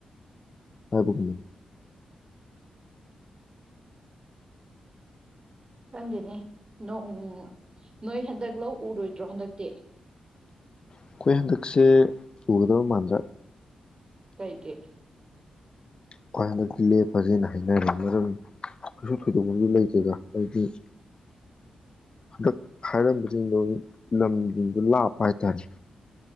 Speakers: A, on the left; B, on the right.
A: ꯍꯥꯏꯒꯨꯝꯅ‌ꯦ
B: ꯈꯪꯗꯦꯅꯦ ꯅ‌ꯣꯡ ꯅꯣꯏ ꯍꯟꯗꯛ ꯂꯧ ꯎꯔꯣꯏꯗ꯭ꯔꯣ ꯍꯟꯗꯛꯇꯤ
A: ꯑꯩꯈꯣꯏ ꯍꯟꯗꯛꯁꯦ ꯎꯒꯗꯕ ꯃꯥꯟꯗ꯭ꯔ‌ꯦ
B: ꯀꯩ ꯒꯤ
A: ꯈ‌ꯣꯏ ꯍꯟꯗꯛꯇꯤ ꯂꯦꯞꯄꯁ‌ꯦꯅ ꯍꯥꯏꯅꯔꯦ ꯃꯔꯝꯗꯤ ꯀꯩꯁꯨ ꯊꯣꯏꯗꯣꯛꯄꯗꯤ ꯂꯩꯇꯦꯗ ꯑꯩꯗꯤ ꯍꯟꯗꯛ ꯍꯥꯏꯔꯝꯕꯁꯤꯡꯗꯣ ꯂꯝꯁꯤꯡꯗꯣ ꯂꯥꯞꯄ ꯍꯥꯏꯇꯥꯔꯦ